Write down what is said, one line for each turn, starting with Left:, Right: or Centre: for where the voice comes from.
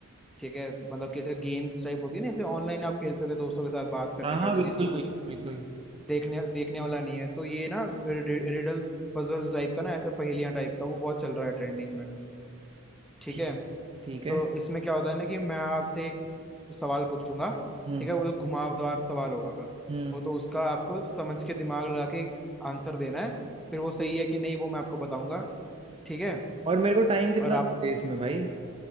Centre: ठीक है मतलब कैसे गेम्स टाइप होती है ना जैसे ऑनलाइन आप खेल सकते हैं दोस्तों के साथ बात करते
Right: हाँ
Centre: करते
Right: हाँ बिल्कुल
Centre: जिसमें कुछ
Right: बिल्कुल बिल्कुल
Centre: देखने देखने वाला नहीं है तो ये ना रिडल्स पजल टाइप का ना ऐसा पहेलियां टाइप का वो बहुत चल रहा है ट्रेंडिंग में ठीक
Right: ठीक
Centre: है
Right: ठीक है
Centre: तो इसमें क्या होता है ना कि मैं आपसे सवाल पूछूंगा
Right: हम्म
Centre: ठीक है वो तो घुमावदार सवाल होगा
Right: हम्म
Centre: वो तो उसका आपको समझ के दिमाग लगा के आंसर देना है फिर वो सही है कि नहीं वो मैं आपको बताऊंगा ठीक है
Right: और मेरे को टाइम कितना
Centre: और आप
Right: दोगे इसमें भाई